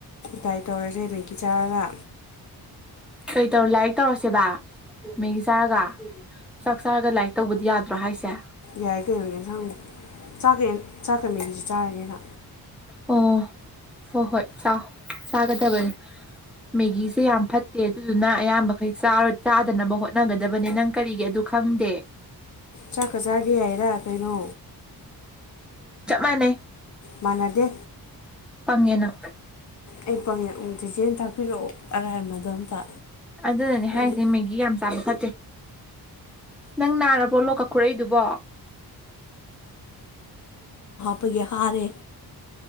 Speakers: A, on the left; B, in the centre.
A: ꯗꯥꯏ ꯇꯧꯔꯖ‌ꯦ ꯃꯦꯒꯤ ꯆꯥꯔꯒ
B: ꯀꯩ ꯇꯧꯔ ꯂꯥꯏꯔꯤꯛ ꯇꯧꯔꯁꯦꯕ ꯃꯦꯒꯤ ꯆꯥꯔꯒ ꯆꯥꯛ ꯆꯥꯔꯒ ꯂꯥꯏꯔꯤꯛ ꯇꯧꯕꯗꯤ ꯌꯥꯗ꯭ꯔꯣ ꯍꯥꯏꯁꯦ
A: ꯌꯥꯏ ꯀꯩꯅꯣ ꯑ‌ꯦꯟꯁꯥꯡꯅꯤ ꯆꯥꯛꯀ <inaudible> ꯆꯥꯛꯀ ꯃꯦꯒꯤꯖ‌ꯦ ꯆꯥꯔꯒ‌ꯦ ꯑꯩꯅ
B: ꯑꯣ ꯍꯣꯏ ꯍꯣꯏ ꯆꯥꯒꯗꯕꯅꯤ ꯃꯦꯒꯤꯁꯦ ꯌꯥꯝ ꯐꯠ ꯠꯇꯦ ꯑꯗꯨꯗꯨꯅ ꯑꯌꯥꯝꯕꯈꯩ ꯆꯥꯗꯅꯕ ꯍꯣꯠꯅꯒꯗꯕꯅꯦ ꯅꯪ ꯀꯔꯤꯒꯤ ꯑꯗꯨ ꯈꯪꯗꯦ
A: ꯆꯥꯛꯀ ꯆꯥꯒꯦ ꯍꯥꯏꯔ ꯀꯩꯅꯣ
B: ꯆꯞ ꯃꯥꯟꯅꯩ
A: ꯃꯥꯟꯅꯗꯦ
B: ꯄꯪꯉꯦꯅ
A: ꯑꯩ ꯄꯪꯉ‌ꯦ ꯎꯝ ꯆꯤꯆ‌ꯦꯅ ꯇꯥꯛꯄꯤꯔꯛꯑꯣ ꯑꯔꯥꯏꯃꯗꯣ ꯑꯝꯇ
B: ꯑꯗꯨꯅꯅꯦ
A: ꯑꯗꯨ
B: ꯍꯥꯏꯔꯤꯁꯦ ꯃꯦꯒꯤ ꯌꯥꯝ ꯆꯥꯕ ꯐꯠꯇꯦ ꯅꯪ ꯅꯥꯔꯕ꯭ꯔꯣ ꯂꯣꯛꯀ ꯈꯨꯔꯛꯏꯗꯨꯕꯣ
A: ꯄꯥꯒꯤ ꯍꯥꯔꯦ